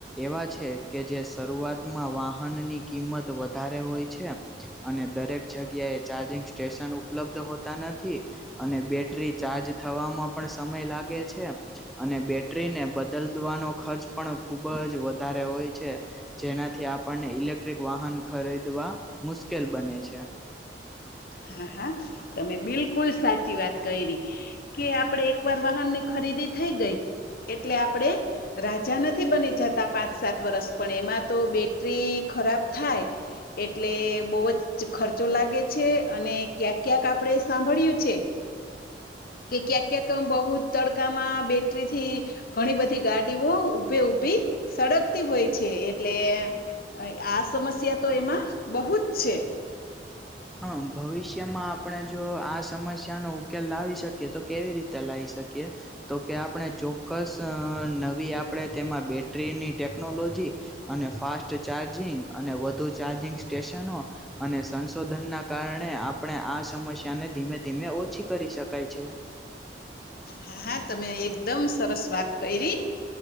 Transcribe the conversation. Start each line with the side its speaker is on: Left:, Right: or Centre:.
Centre: એવા છે કે જે શરૂઆતમાં વાહનની કિંમત વધારે હોય છે. અને દરેક જગ્યાએ ચાર્જિંગ સ્ટેશન ઉપલબ્ધ હોતા નથ થી અને બેટરી ચાર્જ થવામાં પણ સમય લાગે છે. અને બેટરીને બદલતવાનો ખર્ચ પણ ખુબ જ વધારે હોય છે. જેનાથી આપણને ઇલેક્ટ્રિક વાહન ખરીદવા મુશ્કેલ બને છે.
Left: હા હા તમે બિલકુલ સાચી વાત કયરી. કે આપડે એક વાર વાહનની ખરીદી થઈ ગઈ એટલે આપડે. રાજા નથી બની જતા પાંચ સાત વર્ષ પણ એમાં તો બેટરી ખરાબ થાય. એટલે બહુ જ ખર્ચો લાગે છે. અને ક્યાંક ક્યાંક આપડે સાંભળય્યું છે. કે ક્યાંક ક્યાંક બહુ જ તડકામાં બેટરીથી ઘણી બધી ગાડીઓ ઊભે ઊભી સળગતી હોય છે. એટલે અય આ સમસ્યા તો એમાં બહુ જ છે.
Centre: હમ ભવિષ્યમાં આપણે જો આ સમસ્યાનો ઉકેલ લાવી શકીએ તો કેવી રીત તે લાઈ શકીએ. તો કે આપણે ચોક્કસ અઅ નવી આપણેે તેમાં બેટરીની ટેકનોલોજી અને ફાસ્ટ ચાર્જિંગ અને વધુ ચાર્જિંગ સ્ટેશનો અને સંશોધનના કારણે આપણે આ સમસ્યાને ધીમે ધીમે ઓછી કરી શકાય છે.
Left: હા હા તમે એકદમ સરસ વાત કયરી.